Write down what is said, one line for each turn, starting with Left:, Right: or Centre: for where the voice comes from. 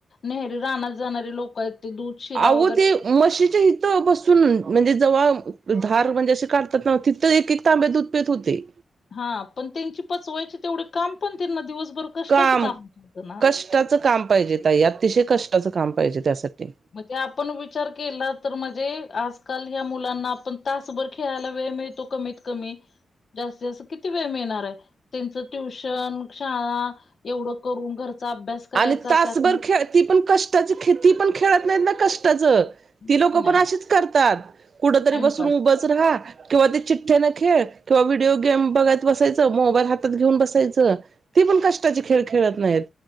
Left: नेहरे रानात जाणारे लोक आहेत ते दूध, शिरा
Right: अवो
Left: वगैरे
Right: ते, मशीच्या हिथ बस, सुन, म्हणजे जव्हा, धार म्हणजे असे काढतात ना तिथे एक एक तांब्या दुधपेत होते.
Left: हा, पण त्यांची पचवायची, तेवढे काम पण त्यांना दिवसभर, कष्टाचं
Right: काम,
Left: होतं ना.
Right: कष्टाचं काम पाहिजे ताई, अतिशय कष्टाचं काम पाहिजे त्यासाठी.
Left: म्हणजे आपण विचार केला तर म्हणजे, आजकाल ह्या मुलांना आपण तासभर खेळायला वेळ मिळत. तो कमीत कमी, जास्तीत जास्त किती वेळ मिळनार हाय त्यांच ट्यूशन, शाळा, एवढ करून घरचा अभ्यास, करायचा
Right: आणि तासभर
Left: त्यात
Right: खेळ, ती पण कष्टाची खेळ, ती पण खेळत नाहीत ना कष्टाचं.
Left: नाही
Right: ती लोक पण अशीच करतात, कुठ तरी
Left: टाइमपास
Right: बसून उभच राहा, किंवा ते चिठ्ठ्या न खेळ, किंवा व्हिडिओ गेम बघत बसायचं, मोबाईल हातात घिऊन बसायचं, ती पण कष्टाचे खेळ खेळत नाहीत.